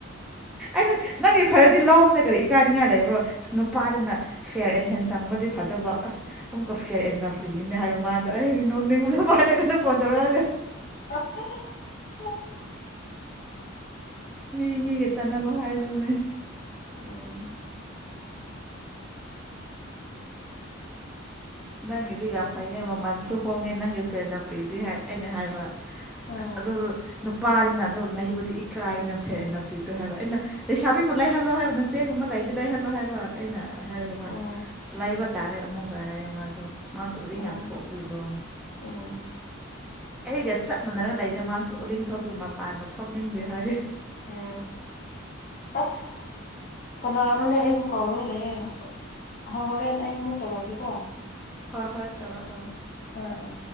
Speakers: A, in the centre; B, on the left.
A: ꯑꯩꯅ ꯅꯪꯒꯤ ꯐꯔꯗꯤ ꯂꯧꯑꫭꯅꯦ ꯀꯔꯤ ꯏꯀꯥꯏꯅꯤꯡꯉꯥꯏ ꯂꯩꯕ ꯔꯣ ꯑꯁ ꯅꯨꯄꯥꯗꯤꯅ ꯐꯤꯌꯔ ꯑꯦꯟ ꯍꯦꯟꯁꯝ ꯒꯗꯤ ꯐꯗꯧꯕ ꯑꯁ ꯑꯃꯨꯛꯀ ꯐꯤꯌꯔ ꯑꯦꯟ ꯂꯐ ꯂꯤꯅꯦ ꯍꯥꯏꯕ ꯃꯥꯗꯣ ꯑꯩ ꯅꯣꯛꯅꯤꯡꯕꯗꯣ ꯃꯥꯅ ꯑꯩꯉꫭꯟꯗ ꯐꯣꯟ ꯇꯧꯔꯑꯒ
B: <inaudible>
A: ꯃꯤ ꯃꯤꯒ ꯆꯥꯟꯅꯕ ꯍꯥꯏꯗꯨꯅꯦ
B: ꯎꯝ
A: ꯅꯪꯒꯤꯗꯤ ꯌꯥꯝ ꯐꯩꯌꯦ ꯃꯃꯜꯁꯨ ꯍꯣꯡꯉꯦ ꯅꯪꯒꯤ ꯐꯦꯔ ꯂꯐꯂꯤꯗꯤ ꯍꯥꯏ ꯑꯩꯅ ꯍꯥꯏꯕ
B: ꯑꯥ
A: ꯑꯁ ꯑꯗꯨꯗꯨ ꯅꯨ ꯄꯥꯅꯤꯅ ꯑꯗꯣ ꯂꯩꯕꯗꯤ ꯏꯀꯥꯏꯅ ꯐꯦꯔ ꯑꯦꯟ ꯂꯐꯂꯤꯗꫭ ꯍꯥꯏꯕ ꯑꯩꯅ ꯂꯩꯁꯥꯕꯤꯕꯨ ꯂꯩꯍꯜꯂꯣ ꯍꯥꯏꯕ ꯅꯆꯦꯒꯨꯝꯕ ꯂꯩꯗꯤ ꯂꯩꯍꯜꯂꯣ ꯍꯥꯏꯕ ꯑꯩꯅ ꯍꯥꯔꯒ
B: ꯎꯝ
A: ꯃꯥꯅ ꯂꯩꯕ ꯇꯥꯔꯦ ꯑꯃꯨꯛꯀ ꯍꯥꯏꯔꯦ ꯃꯥꯁꯨ ꯃꯥꯁꯨ ꯎꯔꯤꯡ
B: ꯎꯝ
A: ꯌꯥꯝ ꯊꯣꯛꯄꯒꯤꯀꫭ
B: ꯎꯝ
A: ꯑꯩꯒ ꯆꯞ ꯃꯥꯟꯅꯔꯒ ꯂꯩꯔꯦ ꯃꯥꯁꯨ ꯎꯔꯤꯡ ꯊꯣꯛꯄꯒꯤ ꯃꯄꯥꯟꯒ ꯊꯣꯛꯅꯤꯡꯗꯦ ꯍꯥꯏ
B: ꯎꯝ ꯑꯁ ꯀꯅꯥꯅꯣꯅꯦ ꯑꯩꯕꯨ ꯀꯧꯔꯒ ꯂꯩꯌꯦ ꯍ ꯍꯣꯔꯦꯟ ꯑꯩ ꯑꯃꯨꯛ ꯇꯧꯔꯛꯀꯦꯀꯣ
A: ꯍꯣꯏ ꯍꯣꯏ ꯇꯧꯔꫭ ꯇꯧꯔꫭ
B: ꯑꯥ ꯑꯥ